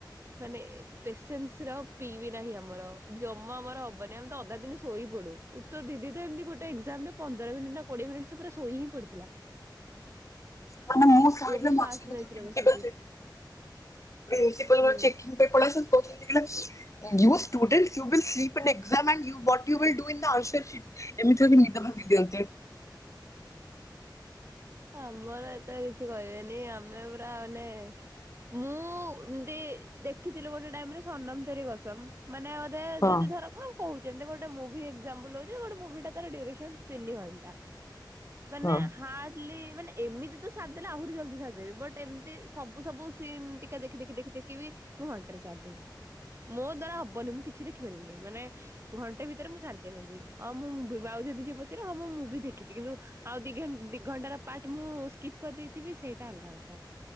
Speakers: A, on the right (about 35°); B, on the left (about 40°).
A: ମାନେ ପେସେନ୍ସର ପି ବି ନାହିଁ ଆମର ଜମା ଆମର ହବନି ଆମେତ ଅଧା ଦିନ ଶୋଇପଡ଼ୁ। ତ ଦିଦିତ ଏମିତି ଗୋଟେ ଏକ୍ଜାମରେ ପନ୍ଦର ମିନିଟ୍ ନା କୋଡ଼ିଏ ମିନିଟ୍ ସେପାରା ଶୋଇହିଁ ପଡ଼ିଥିଲା।
B: ମାନେ ମୁଁ ସଇଲେ
A: ମୁଁବି
B: ମଝିରେ
A: ଫାଷ୍ଟ
B: ମଝିରେ
A: ବେଞ୍ଚରେ
B: ପ୍ରିନ୍ସିପାଲ
A: ବସିକି
B: ଚେ ପ୍ରିନ୍ସିପାଲ
A: ହୁଁ।
B: ମ୍ୟାମ୍ ଚେକିଙ୍ଗ୍ ପାଇଁ ପଳେଇ ଆସନ୍ତି। ୟୁଷ୍ଟୁଡଣ୍ଟୟୁଲ୍ ସ୍ପନ୍ ଏକ୍ସାମ ଆଣ୍ଡ ୟୁଟ ୟୁଲ୍ ଡ ନ୍ ଦ ଆନ୍ସରଟ ଏମିତିରେବି ନିଦ ଭାଙ୍ଗି ଦିଅନ୍ତେ।
A: ଆମର ଏତେ କିଛି କହିବେନି ଆମେ ପୁରା ମାନେ ମୁଁ ଦି ଦେଖିଥିଲି ଗୋଟେ ଟାଇମରେ ସନମ ତେରି କସମ୍। ମାନେ ଅଧେ
B: ହଁ
A: ଯଦି ଧରକୁ କହୁଛନ୍ତି ଗୋଟେ ମୁଭି ଏକ୍ଜାମପୁଲ୍ ହଉ ଗୋଟେ ମୁଭିଟା ତାର ଡ୍ୟୁରେକ୍ସନ୍ ତିନି ଘଣ୍ଟା। ମାନେ
B: ହଁ
A: ହାର୍ଡଲି ମାନେ ଏମିତି ତ ସାରି ଦେଲେ ଆହୁରି ଜଲଦି ସାରିଦେବି ବଟ ଏ ମିତି ସବୁ ସବୁ ସିନ୍ ଟିକେ ଟିକେ ଦେଖି ଦେଖି ଦେଖି ଦେଖି ବି ମୁଁ ଘଣ୍ଟାରେ ସାରିଦେବି। ମୋ ଦ୍ଵାରା ହବନି ମୁଁ କିଛି ଦେଖିପାରିବିନି ମାନେ ଘଣ୍ଟେ ଭିତରେ ମୁଁ ସାରିଦିଏ ମୁଭି ଆଉ କିଏ ପଚାରେ ହଁ ମୁଁ ମୁଭି ଦେଖିଛି କିନ୍ତୁ ଆଉ ଦି ଦି ଘଣ୍ଟାର ପାର୍ଟ ମୁଁ ସ୍କିପ୍ କରିଦେଇଥିବି ସେଇଟା ଅଲଗା କଥା।